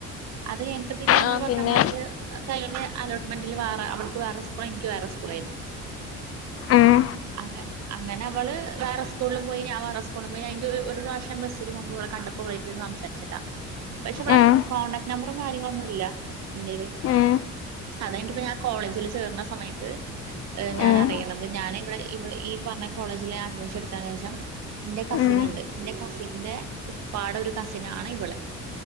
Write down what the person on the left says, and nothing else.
ആഹ്
പിന്നെ
ഉം
ഉം
ഉം
ഉം
ഉം